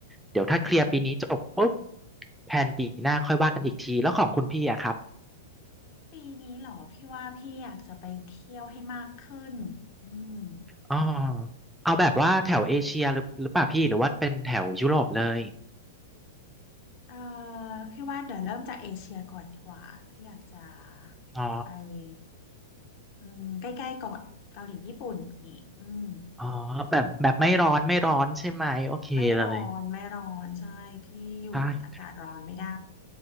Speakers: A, in the centre; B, on the left.
A: เดี๋ยวถ้าเคลียร์ปีนี้จบปุ๊บ
B: อืม
A: แพลนปีหน้าค่อยว่ากันอีกทีแล้วของคุณพี่อะครับ
B: ปีนี้เหรอพี่ว่าพี่อยากจะไปเที่ยวให้มากขึ้นอืม
A: อ๋อเอาแบบว่าแถวเอเชียหรือหรือเปล่าพี่หรือว่าเป็นแถวยุโรปเลย
B: เอ่อพี่ว่าเดี๋ยวเริ่มจากเอเชียก่อนดีกว่าพี่อยากจะ
A: อ๋อ
B: ไปอืมใกล้ๆก่อนเกาหลีญี่ปุ่นนี่อืม
A: อ๋อแบบแบบไม่ร้อนไม่ร้อนใช่ไหมโอเคเลย
B: ไม่ร้อนไม่ร้อนใช่พี่อยู่อากาศร้อนไม่ได้
A: ใช่